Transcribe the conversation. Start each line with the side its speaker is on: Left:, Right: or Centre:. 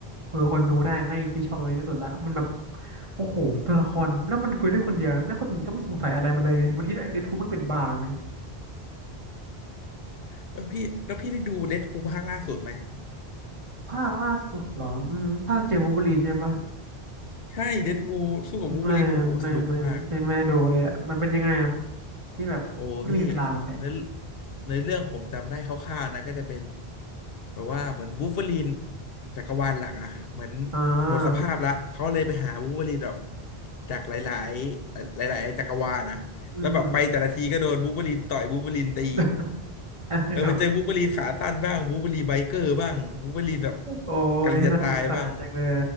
Right: คุยกับคนดูได้แม่งพี่ชอบตรงนี้ที่สุดละมันแบบโอ้โห ตัวละครแล้วมันคุยได้คนเดียวนะแล้วคนอื่นก็ไม่สงสัยอะไรมันเลยไงบางทีเดดพูลแม่งเป็นบ้าไป
Left: เออพี่แล้วพี่ได้ดูเดดพูลภาคล่าสุดไหม
Right: ภาคล่าสุดเหรออืมภาคเจอวูล์ฟเวอรีนใช่ปะ
Left: ใช่เดดพูลสู้กับวูล์ฟเวอรีนโอ้โหสนุกมาก
Right: ไม่ไม่ไม่ไม่ไม่ดูเลยอะมันเป็นยังไงอะพี่แบบไม่มีเวลาไป
Left: โอ้พี่เนื้อเนื้อเรื่องผมจำได้คร่าวๆนะก็จะเป็นแบบว่าเหมือนวูล์ฟเวอรีนจักรวาลหลักอ่ะเหมือน
Right: อ่า
Left: หมดสภาพละเขาเลยไปหาวูล์ฟเวอรีนแบบจากหลายๆหลายๆจักรวาลนะแล้วแบบไปแต่ละทีก็โดนวูล์ฟเวอรีนต่อยวูล์ฟเวอรีนตี
Right: อืม <laughs>
Left: เออไปเจอวูล์ฟเวอรีนขาสั้นบ้างวูล์ฟเวอรีนไบเกอร์บ้างวูล์ฟเวอรีนแบบ
Right: ครับ โอ้ยน่าสงสารจังเลย
Left: กำลังจะตายบ้าง